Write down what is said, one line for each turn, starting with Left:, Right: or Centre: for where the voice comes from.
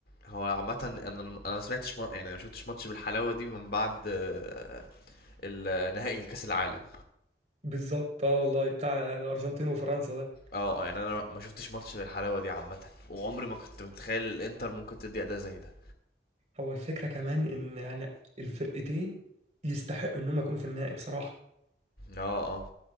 Left: هو عامة انا انا ما سمعتش ما... يعني ما شفتش ماتش بالحلاوة دي من بعد آه، ال- نهائي الكاس العالم
Right: بالظبط اه والله بتاع الارجنتين وفرنسا ده
Left: اه آه، يعني انا ما شفتش ماتش بالحلاوة دي عامة وعمري ما كنت متخيل الانتر ممكن تدي اداء زي ده
Right: هو الفكره كمان ان يعني الفرقتين يستحقوا انهم يكونوا في النهائي بصراحه
Left: اه اه